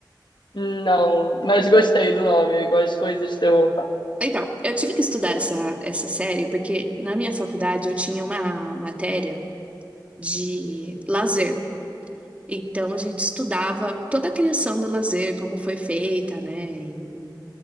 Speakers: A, on the left (about 75°); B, on the right (about 15°).
A: Não, mas gostei do nome, gosto de coisas de terror.
B: Então, eu tive que estudar essa, essa série porque na minha faculdade eu tinha uma matéria de lazer. Então, a gente estudava toda a criação do lazer, como foi feita, né? E,